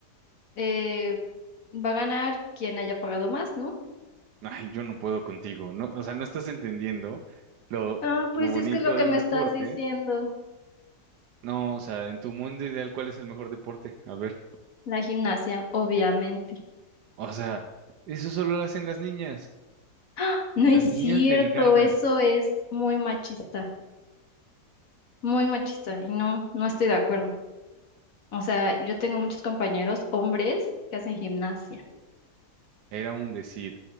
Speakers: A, on the left; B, on the right.
A: eh, va a ganar quien haya pagado más, ¿no?
B: ay, yo no puedo contigo, ¿no? O sea, no estás entendiendo lo
A: Ah,
B: bonito
A: pues es que es lo que
B: del
A: me
B: deporte
A: estás diciendo.
B: No, o sea, en tu mundo ideal, ¿cuál es el mejor deporte? A ver,
A: La gimnasia, obviamente.
B: o sea, eso solo lo hacen las niñas,
A: ¡Ah! No
B: las
A: es cierto,
B: niñas delgadas,
A: eso es muy machista, muy machista y no, no estoy de acuerdo. O sea, yo tengo muchos compañeros hombres que hacen gimnasia.
B: era un decir.